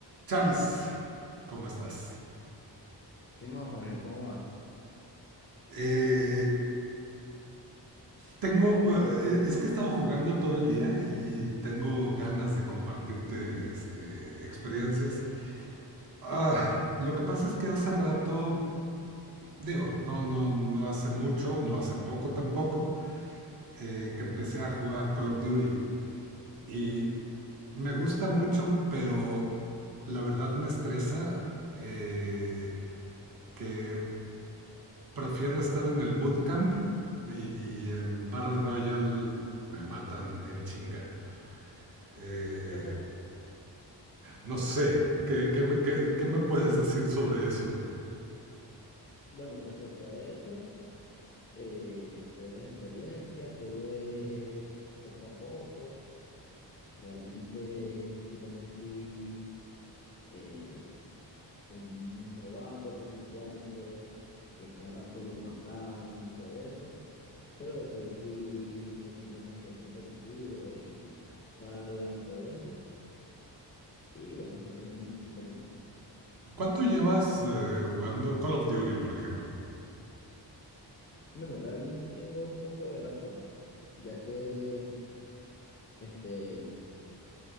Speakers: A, on the right; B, on the left.
A: Charles, ¿cómo estás?
B: ¿Qué más, Jorge? ¿Cómo vas?
A: Eh, tengo, eh, es que he estado jugando todo el día y, y tengo ganas de compartirte este, experiencias. Ah, lo que pasa es que hace rato, digo, no, no, no hace mucho, no hace poco tampoco, eh, que empecé a jugar Call of Duty. Y me gusta mucho, pero la verdad me estresa eh, que prefiero estar en el bootcamp y, y en Battle Royale me matan en chinga. Eh,
B: <laughs>
A: no sé, ¿qué, qué, me- qué- qué me puedes decir sobre eso?
B: Bueno, respecto a eso, eh, todo es experiencia, todo es poco a poco. Realmente yo también fui eh, un novato principiante, que cada rato lo mataban y todo eso, pero después fui metiéndome a nivel competitivo en salas y todo eso, y bueno, fui aprendiendo un poquito más.
A: ¿Cuánto llevas eh, jugando Call of Duty, por ejemplo?
B: Bueno, realmente tengo un poco de rato, ya que este...